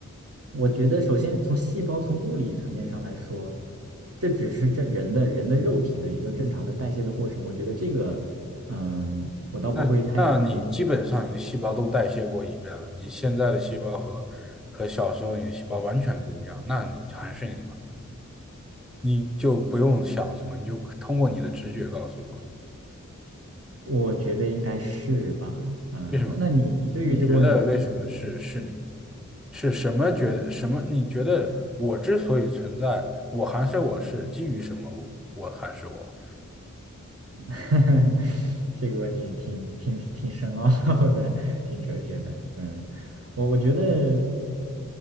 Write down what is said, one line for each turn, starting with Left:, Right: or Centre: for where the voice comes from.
Right: 我觉得，首先从细胞从物理层面上来说，这只是这人的人的肉体的一个正常的代谢的过程。我觉得这个，嗯，我倒不会太纠结，
Centre: 那那你基本上你的细胞都代谢过一遍了，你现在的细胞和和小时候你的细胞完全不一样，那你还是你嘛，你就不用想什么，你就通过你的直觉告诉我
Right: 我觉得应该是吧，嗯，
Centre: 为什么，
Right: 那那你你对于这个问题是怎么？
Centre: 你觉得为什么是是你，是什么觉得什么？你觉得我之所以存在，我还是我是基于什么我我还是我？
Right: <laughs> 这个问题挺挺挺深奥的，<laughs> 挺哲学的，嗯。我我觉得，